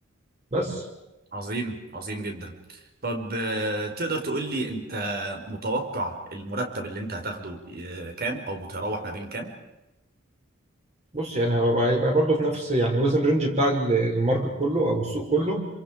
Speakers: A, on the right; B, on the right.
A: بس
B: عظيم عظيم جدا طب آه، تقدر تقول لي انت متوقع المرتب اللي انت هتاخده آه، كام او متراوح ما بين كام
A: بص يعني هيبقى هيبقى برضه في نفس يعني وزن رينج بتاع ال- الماركت كله او السوق كله